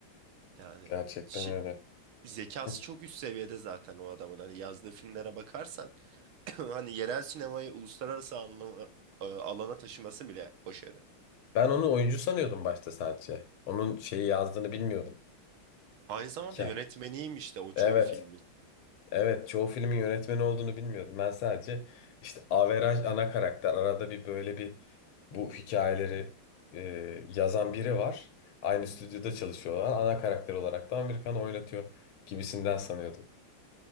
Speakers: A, on the right; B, on the left.
A: Yani
B: gerçekten
A: şi-
B: öyle.
A: zekası
B: Hı.
A: çok üst seviyede zaten o adamın. Hani yazdığı filmlere bakarsan <clears throat> hani yerel sinemayı uluslararası anlama, e, alana taşıması bile başarı.
B: Ben onu oyuncu sanıyordum başta sadece. Onun şeyi yazdığını bilmiyordum.
A: Aynı zamanda
B: Ya,
A: yönetmeniymiş de o çoğu
B: evet.
A: filmin.
B: Evet, çoğu filmin yönetmeni olduğunu bilmiyordum. Ben sadece işte averaj ana karakter. Arada bir böyle bir bu hikayeleri e, yazan biri var. Aynı stüdyoda çalışıyorlar. Ana karakter olarak da Amerikan oynatıyor gibisinden sanıyordum.